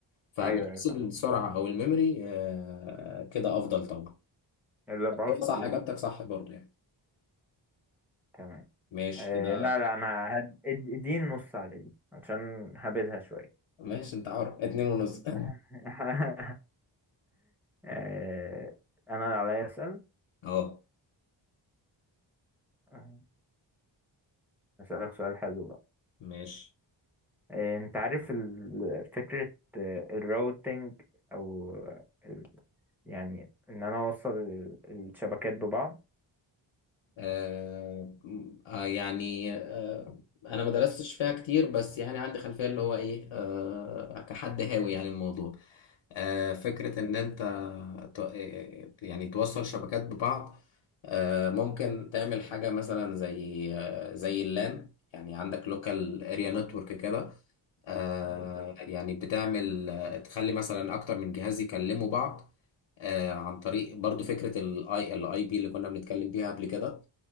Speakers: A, on the left; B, in the centre.
A: فمن
B: ايوه
A: حيث
B: ايوه فعلا
A: السرعة أو الميموري آه، كده أفضل طبعا
B: ال 64
A: هو صح إجابتك صح برضو يعني
B: تمام
A: ماشي
B: آه
A: كده
B: لا لا انا هد... اد- اديني نص على دي عشان هبدها شوية
A: ماشي أنت حر اتنين ونص <laughs>
B: <laughs> آه انا اللي عليا اسأل
A: أه
B: آه، اسألك سؤال حلو بقى
A: ماشي
B: آه انت عارف ال- فكرة آه، الراوتينج او آه، ال... يعني ان انا اوصل ال- الشبكات ببعض
A: آه آه، يعني آه انا ما درستش فيها كتير بس يعني عندي خلفيه اللي هو ايه آه كحد هاوي يعني الموضوع آه فكره ان انت ت- آه، يعني توصل شبكات ببعض آه ممكن تعمل حاجه مثلا زي آه زي اللان يعني عندك لوكال اريا نتورك كده آه
B: بالظبط
A: يعني بتعمل آه، تخلي مثلا اكتر من جهاز يكلموا بعض آه عن طريق برضو فكرة الاي الاي بي اللي كنا بنتكلم بيها قبل كده